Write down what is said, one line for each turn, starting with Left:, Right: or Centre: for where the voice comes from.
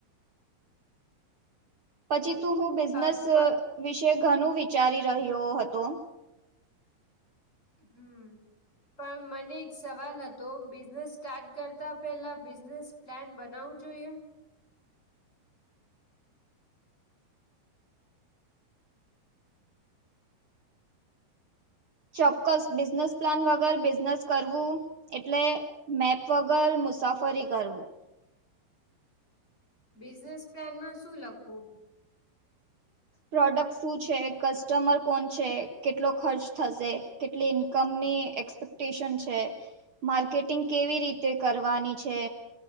Right: પછી તું હું બિઝનેસ
Left: અ પ
Right: વિશે ઘણું વિચારી રહ્યો હતો.
Left: હમ્મ પણ મને એક સવાલ હતો બિઝનેસ સ્ટાર્ટ કરતા પેલા બિઝનેસ પ્લાન બનાવવું જોઈએ
Right: ચોક્કસ બિઝનેસ પ્લાન વગર બિઝનેસ કરવું એટલે મેપ વગર મુસાફરી કરવું.
Left: બિઝનેસ પ્લાનમાં શું લખવું
Right: પ્રોડક્ટ શું છે કસ્ટમર કોણ છે કેટલો ખર્ચ થશે કેટલી ઇન્કમની એક્સપેક્ટેશન છે. માર્કેટિંગ કેવી રીતે કરવાની છે